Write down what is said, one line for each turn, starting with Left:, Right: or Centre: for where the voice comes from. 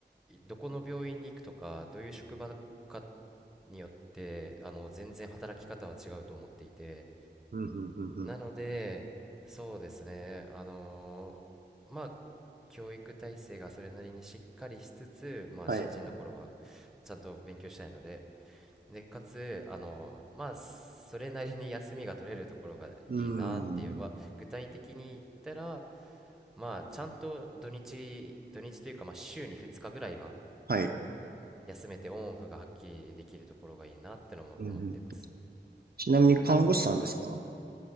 Centre: いどこの病院に行くとか、どういう職場かによって、あの全然働き方は違うと思っていて、
Right: うん、うん、うん、うん。
Centre: なので、そうですね、あのーまあ、教育体制がそれなりにしっかりしつつ、まあ、
Right: はい。
Centre: 新人の頃はちゃんと勉強したいので、で、かつ、あの、まあ、それなりに休みが取れるところがいいなっていう、
Right: うん。
Centre: まあ、具体的に言ったら、まあ、ちゃんと土日、土日というか、まあ、週に2日ぐらいは
Right: はい。
Centre: 休めてオンオフがはっきりできるところがいいなってのも思ってます。
Right: うん、うん。ちなみに看護師さんですか
Centre: なか、はい。